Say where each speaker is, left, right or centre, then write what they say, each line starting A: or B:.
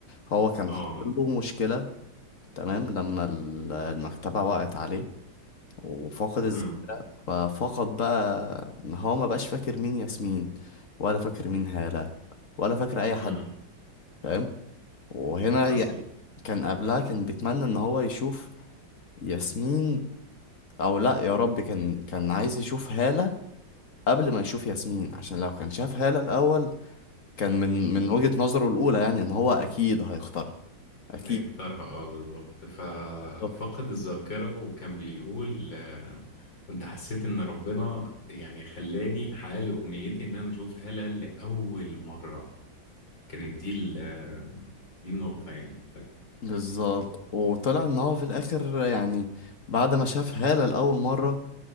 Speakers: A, on the left (about 45°); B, on the left (about 65°).
A: هو كان
B: اه
A: حاطط له مشكلة تمام لما ال- المكتبة وقعت عليه وفقد الذاكرة
B: امم
A: ففقد بقى إن هو ما بقاش فاكر مين ياسمين ولا فاكر مين هالة ولا فاكر أي حد
B: امم
A: فاهم وهنا
B: حصل
A: يعني كان قبلها كان بيتمنى إن هو يشوف ياسمين أو لأ يا رب كان كان عايز يشوف هالة قبل ما يشوف ياسمين عشان لو كان شاف هالة الأول كان من من وجهة نظره الأولى يعني إن هو أكيد هيختارها أكيد
B: هي اختارها اه بالظبط ففقد
A: بالظبط
B: الذاكرة وكان بيقول آه، كنت حسيت ان ربنا يعني خلاني حقق امنيتي ان انا اشوف هالة لأول مرة كانت دي ال آه، دي النقطة يعني
A: بالظبط. وطلع إن هو في الآخر يعني بعد ما شاف هالة لأول مرة